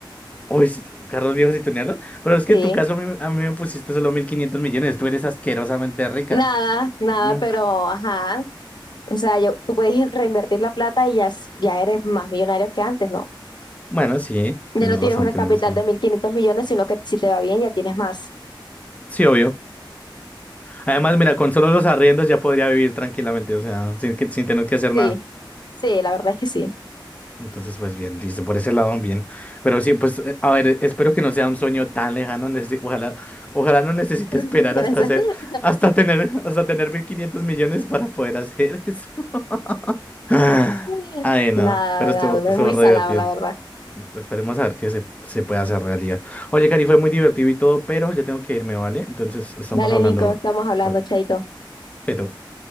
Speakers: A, on the left; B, on the left.
A: Uy, s- carros viejos y tunearlos. Pero es que
B: Sí.
A: en tu caso a mí, a mí me pusiste solo 1.500 millones. Tú eres asquerosamente rica.
B: Nada, nada,
A: Mm,
B: pero ajá. O sea, yo- tú puedes reinvertir la plata y ya, s- ya eres más millonario que antes, ¿no?
A: Bueno, sí,
B: Ya
A: tienes
B: no tienes
A: razón,
B: una
A: tienes
B: capital
A: razón.
B: de 1.500 millones, sino que si te va bien ya tienes más.
A: Sí, obvio. Además, mira, con solo los arriendos ya podría vivir tranquilamente, o sea, sin, que- sin tener que hacer
B: Sí,
A: nada.
B: sí, la verdad es que sí.
A: Entonces, pues bien, listo, por ese lado bien. Pero sí, pues, eh, a ver, espero que no sea un sueño tan lejano. necesi- Ojalá, ojalá no necesite
B: <laughs>
A: esperar hasta hacer, hasta tener, hasta tener 1.500 millones para poder hacer eso. <laughs> Ah,
B: Tienes-
A: Ay, no,
B: Nada,
A: pero estuvo,
B: nada, uno
A: estuvo
B: es muy
A: re
B: salado,
A: divertido.
B: la verdad.
A: Esperemos a ver que se, se puede hacer realidad. Oye, Cari, fue muy divertido y todo, pero ya tengo que irme, ¿vale? Entonces, estamos
B: Dale,
A: hablando
B: Nico, estamos hablando,
A: luego.
B: chaito.
A: Chaito.